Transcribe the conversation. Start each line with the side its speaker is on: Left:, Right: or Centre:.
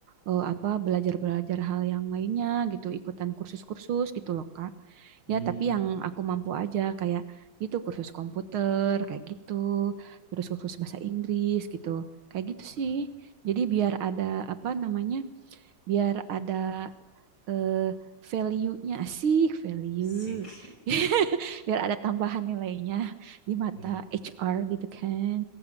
Right: eh, apa belajar-belajar hal yang lainnya gitu ikutan kursus-kursus gitu loh Kak.
Left: Hmm,
Right: Ya tapi yang aku mampu aja kayak gitu kursus komputer kayak gitu, terus kursus bahasa Inggris gitu. Kayak gitu
Left: walah,
Right: sih. Jadi biar ada apa namanya? Biar ada eh value-nya asik value
Left: asik.
Right: <laughs> biar ada tambahan nilainya di mata
Left: <laughs>
Right: HR gitu kan